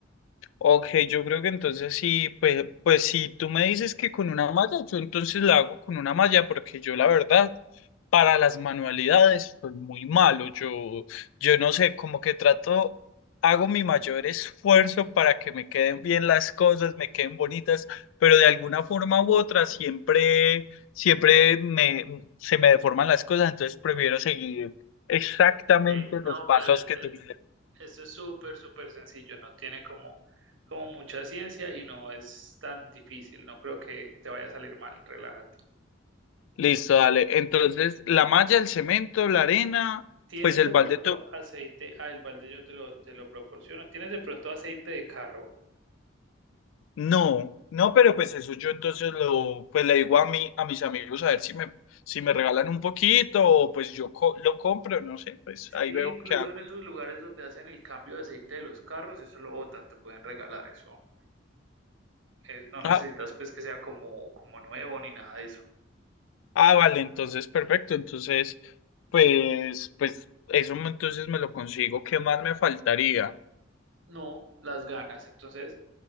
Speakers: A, on the left; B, on the right.
A: Ok, yo creo que entonces sí, pues, pues si tú me dices que con una malla, yo entonces la hago con una malla, porque yo la verdad, para las manualidades soy muy malo. Yo, yo no sé, como que trato, hago mi mayor esfuerzo para que me queden bien las cosas, me queden bonitas, pero de alguna forma u otra siempre, siempre me, se me deforman las cosas, entonces prefiero seguir exactamente
B: que no,
A: los pasos
B: pero es-
A: que
B: es-
A: tú me
B: eso es súper, súper sencillo, no tiene como, como mucha ciencia y no es tan difícil, no creo que te vaya a salir mal, relájate.
A: Listo, dale. Entonces, la malla, el cemento, la arena,
B: ¿Tienes
A: pues el
B: de
A: balde
B: pronto
A: to-
B: aceite? Ah, el balde yo te lo, te lo proporciono. ¿Tienes de pronto aceite de carro?
A: No, no, pero pues eso yo entonces lo, pues le digo a mí, a mis amigos a ver si me, si me regalan un poquito o pues yo co- lo compro, no sé, pues
B: Sí,
A: ahí veo
B: incluso
A: qué hago.
B: en esos lugares donde hacen el cambio de aceite de los carros, eso lo botan, te pueden regalar eso. Eh, no necesitas
A: Ah,
B: pues que sea como, como nuevo ni nada de eso.
A: ah, vale, entonces perfecto. Entonces, pues, pues eso me- entonces me lo consigo. ¿Qué más me faltaría?
B: No, las ganas. Entonces,